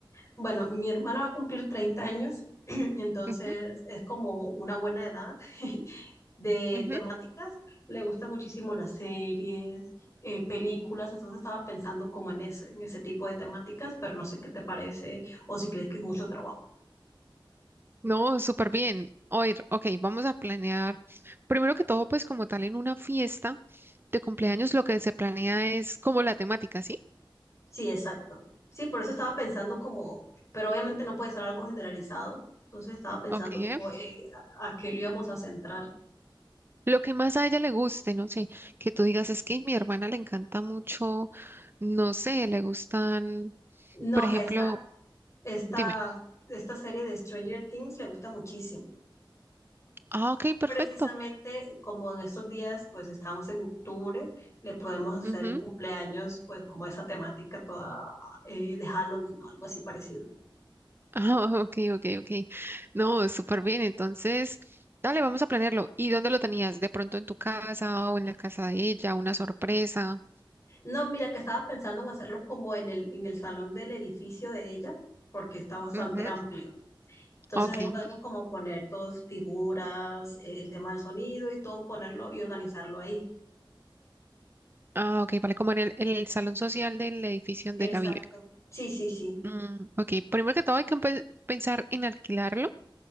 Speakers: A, on the left; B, on the right.
A: Bueno, mi hermana va a cumplir 30 años, <clears throat> entonces
B: Ujú,
A: es como una buena edad <laughs> de
B: ujú.
A: temáticas. Le gustan muchísimo las series, eh, películas, entonces estaba pensando como en ese, en ese tipo de temáticas, pero no sé qué te parece o si crees que es mucho trabajo.
B: No, súper bien. Oír, ok, vamos a planear. Primero que todo, pues como tal, en una fiesta de cumpleaños lo que se planea es como la temática, ¿sí?
A: Sí, exacto. Sí, por eso estaba pensando como, pero obviamente no puede ser algo generalizado, entonces estaba pensando
B: Ok, ¿eh?
A: como eh, a, a qué lo íbamos a centrar.
B: Lo que más a ella le guste, no sé, que tú digas es que mi hermana le encanta mucho, no sé, le gustan,
A: No,
B: por ejemplo,
A: esta, esta,
B: dime,
A: esta serie de Stranger Things le gusta muchísimo.
B: ah, ok, perfecto.
A: Precisamente como en estos días, pues estamos en octubre, le podemos hacer
B: ujú,
A: el cumpleaños,
B: <laughs>
A: pues como esa temática toda eh, de Halloween o algo así parecido.
B: Ah, ok, ok, ok. No, súper bien. Entonces, dale, vamos a planearlo. ¿Y dónde lo tenías? ¿De pronto en tu casa o en la casa de ella? ¿Una sorpresa?
A: No, mira que estaba pensando en hacerlo como en el, en el salón del edificio de ella, porque está bastante
B: Ujú,
A: amplio. Entonces
B: Ok,
A: ahí podemos
B: ¿no?
A: como poner todas figuras, eh, el tema del sonido y todo, ponerlo y organizarlo ahí.
B: Ah, ok, vale, como en el, en el salón social del edificio donde
A: Exacto.
B: ella vive.
A: Sí, sí, sí.
B: Mm, ok, primero que todo hay que empe- pensar en alquilarlo